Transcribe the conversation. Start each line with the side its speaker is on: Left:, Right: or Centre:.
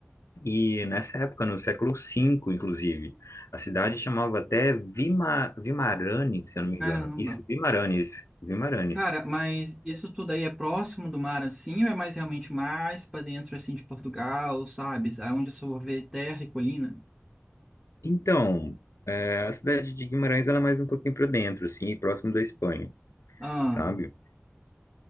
Left: e nessa época, no século cinco, inclusive, a cidade chamava até Vima, Vimaranes, se eu não me
Centre: caramba.
Left: engano. Isso, Vimaranes, Vimaranes.
Centre: Cara, mas isso tudo aí é próximo do mar assim, ou é mais realmente mais pra dentro assim de Portugal, sabe? Aonde eu só vou ver terra e colina?
Left: Então, é, a cidade de Guimarães ela é mais um pouquinho para dentro, assim, próximo da Espanha.
Centre: Ah,
Left: sabe?